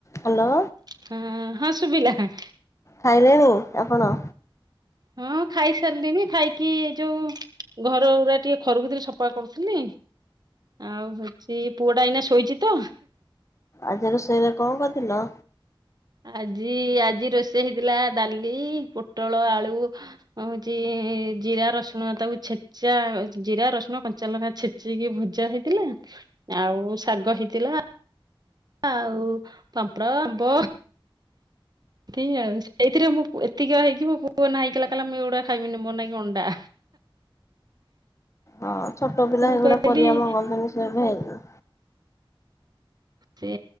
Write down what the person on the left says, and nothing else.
ହ୍ୟାଲୋ।
ଖାଇଲେଣି ଆପଣ?
ଆଜି ରୋଷେଇ ରେ କଣ କରିଥିଲ?
ହଁ ଛୋଟ ପିଲା
ଏଗୁଡା
ପରିବା ମଗନ୍ତିନି। <unintelligible>